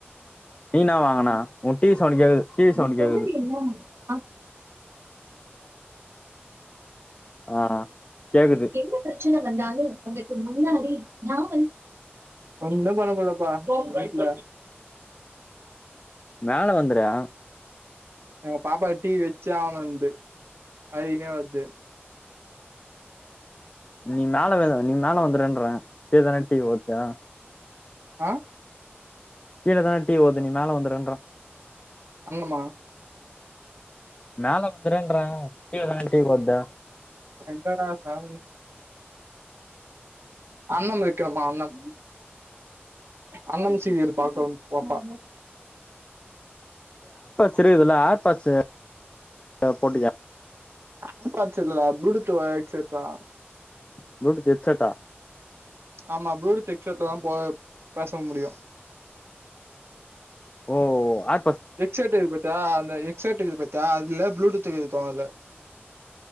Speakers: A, on the left; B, on the right.
A: நீ என்னா வாங்குன உ டி வி சவுண்ட் கேக்குது டி வி சவுண்ட்
B: ப்ரோ
A: கேக்குது ஆ கேக்குது
B: எப்பா பிரச்சன வந்தாலு உங்களுக்கு முன்னாடி நா வந்து ஒன்னு பண்ண முடியலப்ப வீட்ல
A: மேல வந்துறே
B: எங்க பாப்பா டிவி வச்சே ஆவனுன்து அழுதுகின்னே வருது
A: நீ மேல வே நீ மேல வந்துருன்றே கீழ தான டிவி ஓடுது
B: ஆ
A: கீழ தான டிவி ஓடுது நீ மேல வந்துருன்றே
B: அண்ணனுமா
A: மேல வந்துருன்றே கீழ தான டீவி ஓடுது
B: எங்கடா சாமி அண்ணம் வெக்கனுமா அண்ணம் அண்ணம் சீரியல் பாக்கும் பாப்பா
A: செரி இதுல ஆர்பட்ஸு போட்டு கேப்
B: ஆர் பாட்ஸ் இல்லடா ப்ளூடூத் வ ஹெட்சட்டா
A: ப்ளூடூத் ஹெட்சட்டா
B: ஆமா புளூடூத் ஹெட்செட்ல தா போ பேச முடியு
A: ஓ அ
B: ஹெட்செட் இருக்கு பாத்தியா அந்த ஹெட்செட் இருக்கு பாத்தியா அதுல ப்ளூடூத்துக்கு இருக்கு அதுல